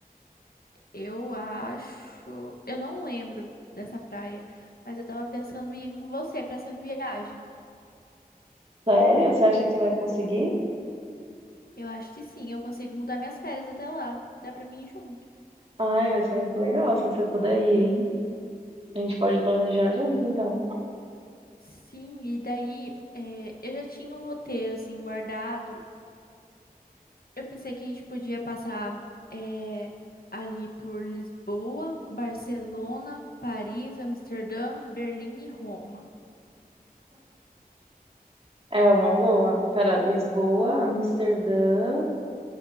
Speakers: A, on the left; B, on the right.
A: eu acho, eu não lembro dessa praia, mas eu tava pensando em ir com você pra essa viagem.
B: Sério? Você acha que você vai conseguir?
A: Eu acho que sim, eu consigo mudar minhas férias até lá. Dá pra mim ir junto.
B: Ai, vai ser muito legal se você puder ir, hein? A gente pode planejar junto, então.
A: Sim, e daí, eh, eu já tinha um roteiro assim guardado Eu pensei que a gente podia passar eh, ali por Lisboa, Barcelona, Paris, Amsterdã, Berlim e Roma.
B: É uma boa. Pera, Lisboa, Amsterdã,